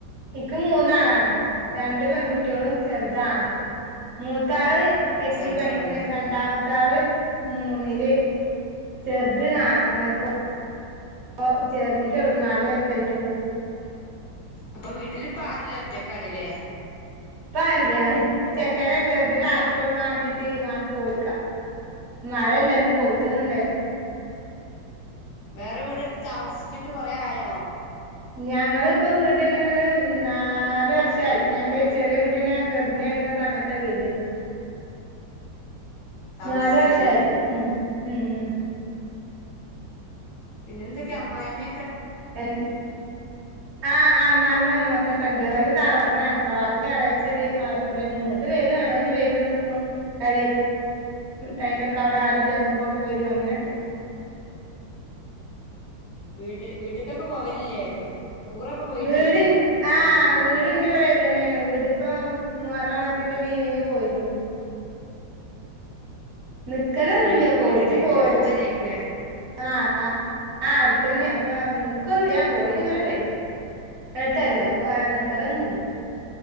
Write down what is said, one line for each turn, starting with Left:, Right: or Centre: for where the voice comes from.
Right: എക്ക് മൂന്നാളാണ് രണ്ട് പെൺകുട്ടികളും ചെറുതാണ് മൂത്താള് എട്ടിൽ
Left: ചെറുതാണല്ലേ
Right: പഠിക്കുന്ന രണ്ടാമത്തെ അടുത്താൽ മൂന്നില് ചെറുത് നപ്പൊ അപ്പ ചേർത്തിട്ടുള്ളു നാലു വയസായിട്ടൊന്ന്
Left: അപ്പൊ വീട്ടിൽ ഇപ്പാരൂല്ല ഒറ്റക്കാണല്ലേ
Right: ഇപ്പ ആരൂല്ല ചെക്കനെ ചെറുതിനെ ആക്കി കൊടുക്കാൻ വേണ്ടിട്ട് അവൻ പോയിക്ക മഴയല്ല ഇന്ന് പോയിട്ട ഒന്ന ഇണ്ടാ
Left: വേറെ വീടെടുത്ത് താമസിച്ചിട്ട് കൊറെ ആയോ
Right: ഞങ്ങളിപ്പോ വീട് നാല് വർഷമായി ഞാൻ എന്റെ ചെറിയ കുട്ടിനെ ഗർഭിണിയായി സമയത്ത വേട
Left: താമസിച്ചേല്ലേ
Right: നാല വർഷമായി ഉ ഉം ഉ
Left: പിന്നെ എന്തൊക്കെ അമ്മായി്മ
Right: എ ആ അമ്മായിയമ്മാ ഒക്കെ ഉണ്ട് ഒരു തറവത്തി തറട്ട കടച്ചിണ്ട് ആരും ഇവിടെ ഇങ്ങിട്ട് വരും എവിടെും വ നിക്കും കട ടൈമൊക്കെ അവിടെ ആരുല്ലാത്തുമ്പോ ഒക്കെ വരും അങ്ങനെയൊക്കെ <unintelligible>
Left: വീട് വീട്ടക്കൊക്കെ പോവലല്ലേ ടൂറൊക്കെ പോയിണ്ടായിന്നോ
Right: വീട് ആഹ്
Left: പരുന്നക്കോ
Right: വീടിന്റെ ഇവിടെ തന്നെയാണ് വീടിപ്പ മറണാമത്തിന്റെ ലീവിനെ പോയിരുന്നു നിക്കലൊന്നില്ല
Left: ലീവിന് പോയിട്ടുണ്ടായിനില്ലേ
Right: പോയിട്ടു പോര
Left: അടുത്തന്നേക്കൂലേ
Right: ആഹ ആ അടുത്തന്നെ അപ്പൊ നിിക്കന്ന് ഞാൻ പോയി ഇങ്ങനെ വരും എടുത്തല്ലേ അപ്പൊ കാല നക്കാലൊന്നുമില്ല